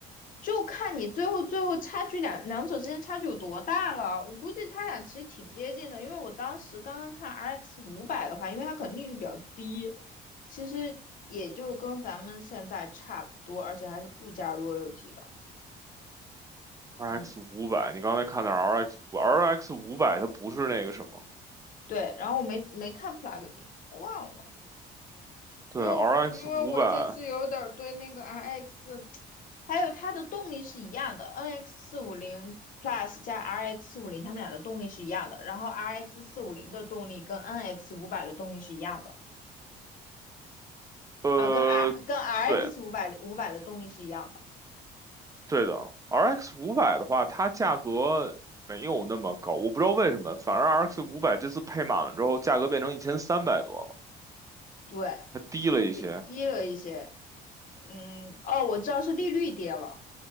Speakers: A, on the left; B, on the right.
A: 就看你最后最后差距两两者之间差距有多大了。我估计他俩其实挺接近的，因为我当时刚刚看 RX 五百的话，因为它可能利率比较低，其实也就跟咱们现在差不多，而且还是不加 royalty 的。
B: ？RX
A: 嗯，
B: 五百，你刚才看的 RX 五，RX 五百它不是那个什么，
A: 对。然后我没没看 plugin，我忘了。
B: 对，RX
A: 因为我因为我这次有点儿对那个
B: 五百，
A: RX，还有它的动力是一样的，NX 四五零 Plus 加 RX 四五零，它们俩的动力是一样的。然后 RX 四五零的动力跟 NX 五百的动力是一样的，
B: 呃，
A: 呃，跟 R 跟 RX
B: 对，
A: 五百五百的动力是一样的，
B: 对的，RX 五百的话，它价格没有那么高，我不知道为什么，反而 RX 五百这次配满了之后，价格变成一千三百多了。
A: 对，
B: 还低了一些
A: 就比低了一些。嗯，哦，我知道是利率跌了，